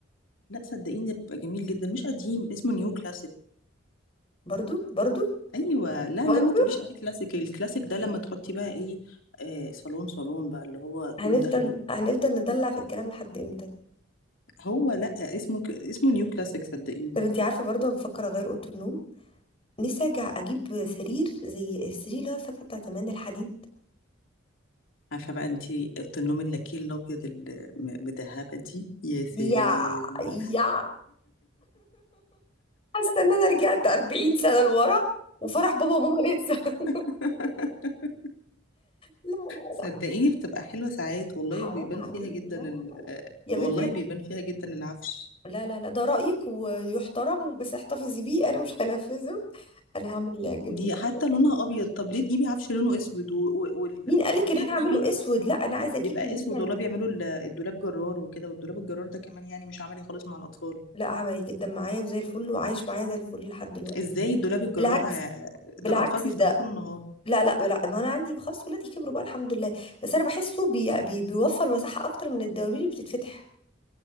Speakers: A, on the left (about 85°); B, on the left (about 30°).
A: لا صدقيني ده بيبقى جميل جدا مش قديم اسمه نيو كلاسيك
B: برضو برضو
A: أيوة لا
B: برضو
A: لا ما تقوليش عليه كلاسيك الكلاسيك ده لما تحطي بقى ايه آه صالون صالون بقى اللي هو
B: <laughs> هنفضل
A: كله ذهبي ده
B: هنفضل ندلع في الكلام لحد امتى
A: هو لا اسمه ك... اسمه نيو كلاسيك صدقيني
B: طب انت عارفه برضو انا بفكر اغير اوضه النوم نفسي ارجع اجيب سرير زي السرير اللي هو فاكره بتاع زمان الحديد
A: عارفه بقى انت اوضه النوم اللاكيه الابيض المدهبه دي يا سلام
B: يا يا حاسه ان انا رجعت 40 سنه لورا وفرح بابا وماما لسه <laughs>
A: <laughs>
B: لا لا
A: صدقيني
B: لا
A: بتبقى حلوه ساعات والله
B: حرام
A: وبيبان
B: عليك
A: فيها جدا
B: لا
A: ال...
B: لا لا لا
A: آه،
B: يا بنتي
A: والله بيبان فيها جدا العفش
B: لا لا لا ده رأيك ويحترم بس احتفظي بيه انا مش هنفذه انا هعمل اللي يعجبني
A: دي حتى
B: كده
A: لونها ابيض طب ليه تجيبي عفش لونه اسود و... و... وال...
B: مين
A: وال...
B: قالك
A: وليه
B: ان انا هعمله
A: تجيبي
B: اسود لا انا عايزه اجيب
A: بيبقى
B: اللي
A: اسود
B: هي ال-
A: والله بيعملوا ال- الدولاب جرار وكده والدولاب الجرار ده كمان يعني مش عملي خالص مع الاطفال
B: لا عملي جدا معايا وزي الفل وعايش معايا زي الفل لحد دلوقتي
A: ازاي الدولاب الجرار
B: بالعكس
A: ع-
B: بالعكس
A: ده الاطفال بيفتحوه
B: ده
A: طول النهار
B: لا لا لا ما انا عندي خلاص ولادي كبروا بقى الحمد لله بس انا بحسه بي بي بيوفر مساحه اكتر من الدواليب اللي بتتفتح